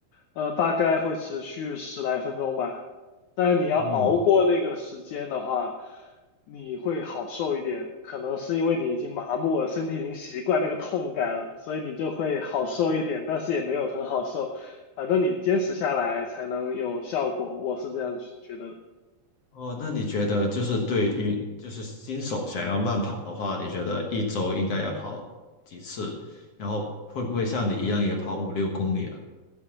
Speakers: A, on the left (about 70°); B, on the left (about 55°).
A: 呃，大概会持续十来分钟吧。但是你要熬过那个时间的话，
B: 嗯，
A: 你会好受一点。可能是因为你已经麻木了，身体已经习惯那个痛感了，所以你就会好受一点，但是也没有很好受。反正你坚持下来才能有效果，我是这样觉得的。
B: 哦，那你觉得就是对于就是新手想要慢跑的话，你觉得一周应该要跑几次？然后会不会像你一样也跑五六公里啊？